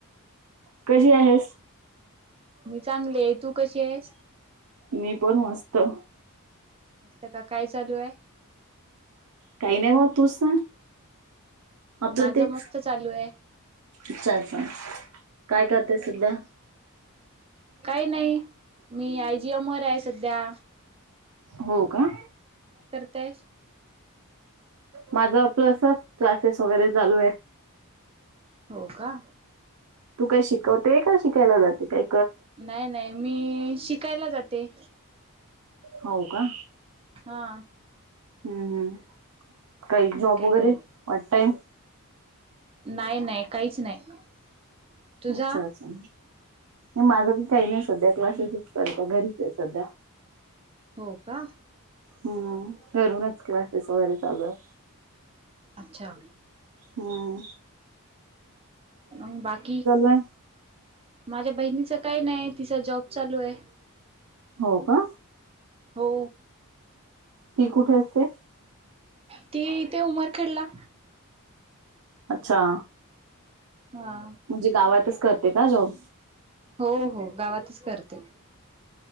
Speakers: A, on the right (about 75°); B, on the right (about 25°).
A: <inaudible> कशी आहेस
B: मी चांगले आहे तू कशी आहेस?
A: मी पण मस्त <inaudible>
B: मस्त का काय चालू आहे <inaudible>
A: काही नाही मग तूच सांग आपलं
B: माझं
A: तेच
B: मस्त चालू आहे
A: अच्छा अच्छा काय करते सध्या
B: काही नाही मी आयजीएम वर आहे सध्या
A: हो का
B: तेच
A: माझा आपलसच क्लासेस वगैरे चालू आहे.
B: हो का?
A: तू काय शिकवते का शिकायला जाते. काय
B: नाही नाही मी शिकायला जाते.
A: हो का.
B: हा.
A: हम्म हम्म. काही
B: शिकायला
A: जॉब वगैरे,
B: जाते
A: पार्ट टाइम.
B: नाही नाही काहीच नाही. तुझा
A: अच्छा अच्छा. माझं की काही नाही सध्या क्लासेसच करत घरीच आहे सध्या.
B: हो का?
A: हम्म ठरूनच क्लासेस वगैरे चालू हाय.
B: अच्छा.
A: हम.
B: मग बाकी,
A: आहे?
B: माझ्या बहिणी तिच काही नाही तिचा जॉब चालू आहे.
A: हो का?
B: हो
A: ती कुठे असते.
B: ती इथे उमरखेडला
A: अच्छा.
B: हा
A: म्हणजे गावातच करते का जॉब?
B: हो हो गावातच करते.